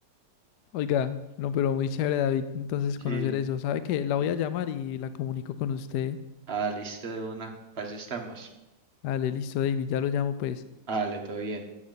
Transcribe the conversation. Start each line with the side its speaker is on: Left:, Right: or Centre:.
Left: Oiga, no, pero muy chévere, David. Entonces
Right: Sí.
Left: conocer eso. ¿Sabe qué? La voy a llamar y la comunico con usted.
Right: Ah, listo de una. Paz estamos.
Left: Dale, listo, David. Ya lo llamo, pues.
Right: Dale, todo bien.